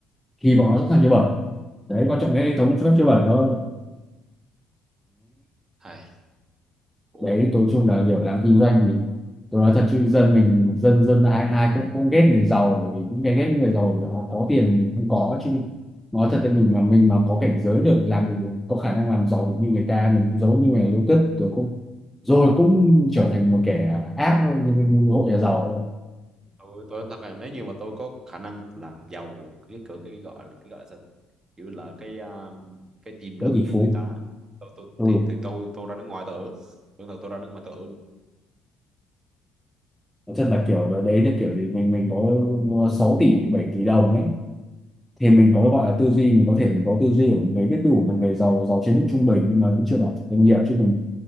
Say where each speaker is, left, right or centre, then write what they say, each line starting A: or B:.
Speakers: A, in the centre; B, on the right.
A: thì bọn nó sẵn sàng
B: ừ.
A: chơi bẩn đấy quan trọng cái hệ thống cho phép chơi bẩn thôi
B: Hay. Ủa,
A: đấy tối chung là kiểu làm kinh doanh thì tôi nói thật chứ dân mình dân dân ai ai cũng cũng ghét người giàu bởi vì cũng ghét ghét những người giàu vì họ có tiền mình không có chứ nói thật thì mình mà mình mà có cảnh giới được làm được có khả năng làm giàu được như người ta mình cũng giống như người yêu cất rồi cũng rồi cũng trở thành một kẻ ác thôi, như, như, như một hộ nhà giàu
B: tôi tôi nói thật là nếu như mà tôi có khả năng làm giàu cái cái cái, cái gọi cái gọi là sao kiểu là cái ờ, cái tiềm
A: có
B: lực
A: tỷ
B: như
A: phú
B: người ta tôi, tôi,
A: ừ
B: thì thì tôi tôi ra nước ngoài tôi ở tôi thật tôi ra nước ngoài tôi ở luôn.
A: nói thật là kiểu đấy là kiểu gì mình mình có 6 tỷ 7 tỷ đồng đấy thì mình
B: ừ.
A: có gọi là tư duy mình có thể mình có tư duy của một người biết đủ một người giàu giàu trên mức trung bình nhưng mà vẫn chưa bảo chủ doanh nghiệp chứ mình